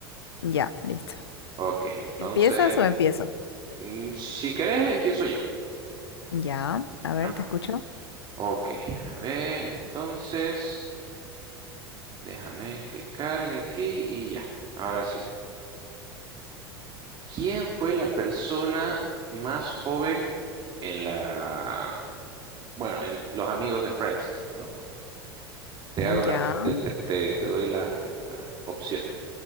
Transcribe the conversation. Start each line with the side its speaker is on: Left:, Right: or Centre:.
Left: Ya, listo.
Right: Ok, entonces,
Left: ¿Empiezas o empiezo?
Right: mm, si querés, empiezo yo.
Left: Ya. A
Right: ¿Ya?
Left: ver, te escucho.
Right: Ok, a ver, entonces, déjame que cargue aquí y ya. Ahora sí. ¿Quién fue la persona más joven en la, bueno, en los amigos de Friends, digamos, ¿no? Te hago las,
Left: Ya.
Right: te, te- te- te doy las las opciones.